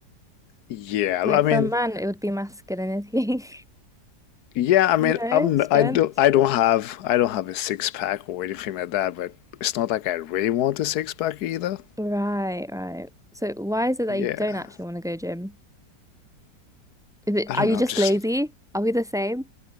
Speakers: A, on the left; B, in the centre.
A: yeah,
B: Like
A: I mean,
B: for a man, it would be masculinity,
A: yeah,
B: <laughs>
A: I mean,
B: you know,
A: I'm
B: strength.
A: I don't I don't have I don't have a six pack or anything like that, but it's not like I really want a six pack either.
B: Right, right. So why is it that
A: Yeah.
B: you don't actually want to go gym? Is it,
A: I don't
B: are you
A: know, I'm
B: just
A: just
B: lazy? Are we the same?